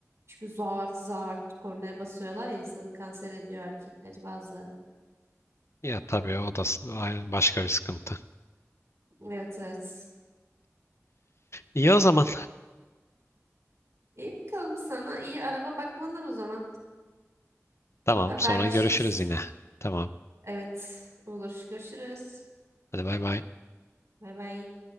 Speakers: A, on the right; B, on the left.
A: Çünkü zart zart kornaya basıyorlar ya insanı kanser ediyor erkekleri bazıları.
B: Ya tabii o da s- ay- başka bir sıkıntı.
A: Evet evet.
B: İyi o zaman.
A: İyi bakalım sana iyi araba bakmalar o zaman.
B: <laughs> Tamam
A: Haberleşiriz.
B: sonra görüşürüz yine. Tamam.
A: Evet olur. Görüşürüz.
B: Hadi bay bay.
A: Bay bay.